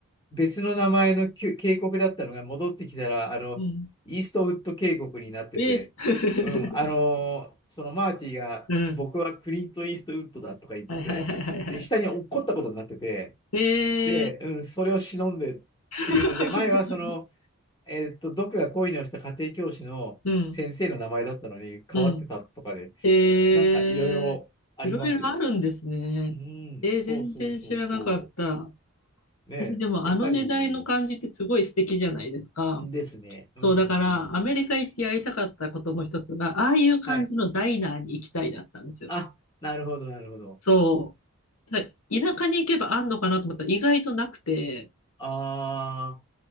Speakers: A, on the left; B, on the left.
A: 別の名前のきゅ渓谷だったのが戻ってきたら、あの、
B: うん。
A: イーストウッド渓谷になってて、
B: え <laughs>
A: うん、あのーそのマーティが、
B: うん。
A: 僕はクリント・イーストウッドだとか言ってて、
B: はいはいはいはいは
A: で、下に落っこったことになってて、
B: い。えー
A: で、うん、それを忍んでっていうので、
B: <laughs>
A: 前はその、えっと、毒が恋に落ちた家庭教師の先生の名前だったのに変わってたとかで、
B: うん、うん。えー、
A: なんかいろいろありますよ。
B: いろいろあるんですね。
A: うん、
B: えー、
A: そうそうそうそ
B: 全然知らなかった。
A: う。ね、
B: 私でもあの時代の感じってすごい素敵じゃないですか。
A: やっぱり、ですね。
B: そう、
A: うんうんうんうん。
B: だからアメリカ行ってやりたかったことの一つが、ああいう感じのダイナーに行きたいだったんですよ。
A: はい。あ、なるほど、なるほど。
B: そう。だ田舎に行けばあんのかなと思ったら意外となくて、
A: あ